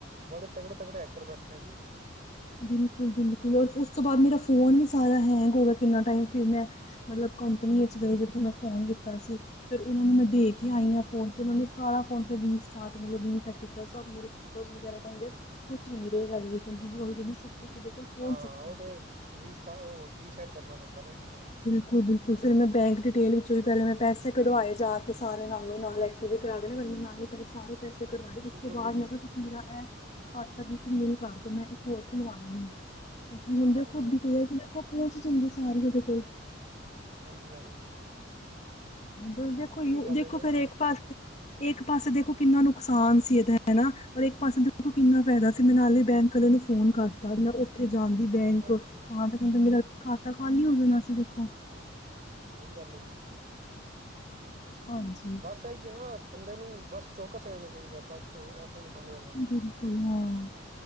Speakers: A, on the right (about 40°); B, on the left (about 35°).
A: ਬੜੇ ਤਗੜੇ-ਤਗੜੇ ਐਕਟਰ ਬੈਠੇ ਨੇ ਜੀ।
B: ਬਿਲਕੁੱਲ-ਬਿਲਕੁੱਲ ਔਰ ਉਸ ਤੋਂ ਬਾਦ ਮੇਰਾ ਫੋਨ ਵੀ ਸਾਰਾ ਹੈਂਗ ਹੋ ਗਿਆ ਕਿੰਨਾ ਟਾਈਮ ਫਿਰ ਮੈਂ ਮਤਲਬ ਕੰਪਨੀ ਵਿੱਚ ਗਈ, ਜਿੱਥੋਂ ਮੈਂ ਫੋਨ ਲੀਤਾ ਸੀ। ਫਿਰ
A: ਅੱਛਾ
B: ਉਨਾਂ
A: ਅੱਛਾ
B: ਨੂੰ ਮੈਂ ਦੇ ਕੇ ਆਈ ਆ ਫੋਨ ਤੇ ਉਨਾਂ ਨੇ ਸਾਰਾ ਫੋਨ ਫਿਰ ਰੀਸਟਾਰਟ ਮਤਲਬ ਰੀਸੈਟ ਕੀਤਾ ਸਭ ਮੇਰੇ ਫੋਟੋ
A: ਹਮ
B: ਵਗੈਰਾ ਕੈਂਦੇ
A: ਹਾਂ
B: ਕੁੱਛ ਵੀ ਨੀ ਰਏਗਾ ਐਦੇ ਵਿੱਚ ਹੁਣ, ਆਲਰੇਡੀ ਸਭ ਕੁੱਛ ਓਦੇ ਕੋਲ ਪਹੁੰਚ
A: ਹਾਂ-ਹਾਂ
B: ਚੁੱਕਿਆ
A: ਓ
B: ਹੈ।
A: ਤੇ ਰਿਸਟਾਰਟ ਓ ਰੀਸੈੱਟ ਕਰਨਾ ਪੈਂਦਾ ਨਾ ਜੀ ਫੋਨ।
B: ਬਿਲਕੁੱਲ-ਬਿਲਕੁੱਲ ਫਿਰ ਮੈਂ ਬੈਂਕ ਡਿਟੇਲ ਵਿੱਚੋਂ ਵੀ ਪੈਲੇ ਮੈਂ ਪੈਸੇ ਕਢਵਾਏ ਜਾ ਕੇ ਸਾਰੇ ਨਾਲੋਂ ਨਾਲ ਐ ਟੀ ਵੀ ਕਰਾ ਕੇ ਬੰਦੇ ਨੂੰ ਨਾਲ ਈ ਸਾਰੇ ਪੈਸੇ ਸੇ ਕਢਵਾਏ, ਉਸ
A: ਬਿਲਕੁਲ
B: ਤੋਂ ਬਾਦ
A: ਜੀ ਬਿਲਕੁਲ
B: ਮੈਂ ਕਿਆ ਤੁਸੀਂ ਮੇਰਾ ਐ ਖਾਤਾ ਬਿਲਕੁੱਲ ਨਿਲ ਕਰਦੋ, ਮੈਂ ਇੱਕ ਹੋਰ ਖੁਲਵਾ ਲਾਂਗੀ, ਕਿਉਂਕਿ ਹੁਣ ਦੇਖੋ
A: ਹਾਂਜੀ ਹਾਂਜੀ
B: ਡਿਟੇਲ ਤਾਂ ਦੇਖੋ ਪਹੁੰਚ ਜਾਂਦੀ ਸਾਰੀ ਓਦੇ ਕੋਲ।
A: ਹਾਂਜੀ ਹਾਂ
B: ਬਸ ਦੇਖੋ ਯ
A: ਗੱਲ
B: ਦੇਖੋ
A: ਹੈ ਨਾ
B: ਫੇਰ
A: ਜੀ
B: ਇੱਕ ਪਾ ਇੱਕ ਪਾਸੇ ਦੇਖੋ ਕਿੰਨਾ ਨੁਕਸਾਨ ਸੀ ਏਦਾ ਹੈਨਾ, ਔਰ ਇੱਕ ਪਾਸੇ ਦੇਖੋ ਕਿੰਨਾ
A: ਹਮ
B: ਫੈਦਾ ਸੀ, ਮੈਂ ਨਾਲੇ ਬੈਂਕ ਆਲੇ ਨੂੰ ਫੋਨ ਕਰਤਾ, ਮੈਂ ਉੱਥੇ ਜਾਂਦੀ ਬੈਂਕ
A: ਹਾਂਜੀ
B: ਥਾਂ-ਥਾਂ ਨਹੀ ਤੇ ਮੇਰਾ ਖਾਤਾ ਖਾਲੀ ਹੋ ਜਾਣਾ ਸੀਂ ਦੇਖੋ।
A: ਸਈ ਗੱਲ ਐ ਜੀ।
B: ਹਾਂਜੀ
A: ਬਸ ਐਈ ਜੇ ਨਾ, ਬੰਦੇ ਨੂੰ ਬਸ ਚੌਕਸ ਰੈਹਣਾ ਚਾਈਦਾ, ਬਸ ਐਹੋ ਜੇ ਬੰਦਿਆਂ- ਤੋਂ
B: ਬਿਲਕੁੱਲ ਹਾਂ,